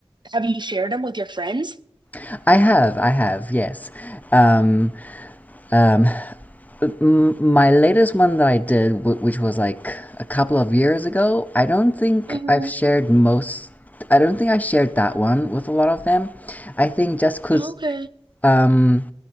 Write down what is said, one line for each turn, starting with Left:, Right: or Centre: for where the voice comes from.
Right: have you shared them with your friends?
Left: <laughs> i have i have yes um um my latest one that I did, which was like a couple of years ago, I don't think
Right: Mm-hmm.
Left: I've shared most. I don't think I shared that one with a lot of them. I think just because,
Right: Okay.
Left: um,